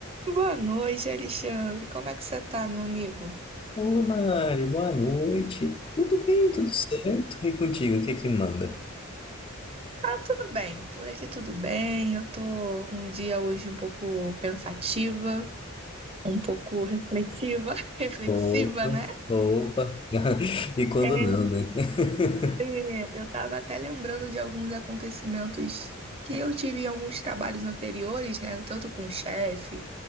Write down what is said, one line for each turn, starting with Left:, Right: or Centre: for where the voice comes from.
Right: Boa noite, Alexandre. Como é que você tá, meu amigo?
Left: Oi, Mari, boa noite. Tudo bem, tudo certo? E contigo, o que é que manda?
Right: Ah, tudo bem. Por aqui tudo bem. Eu tô um dia hoje um pouco pensativa, um pouco reflexiva, <laughs> reflexiva,
Left: Opa,
Right: né?
Left: opa. <laughs> E quando
Right: É,
Left: não, né? <laughs>
Right: é, eu tava até lembrando de alguns acontecimentos que eu tive em alguns trabalhos anteriores, né? Tanto com chefe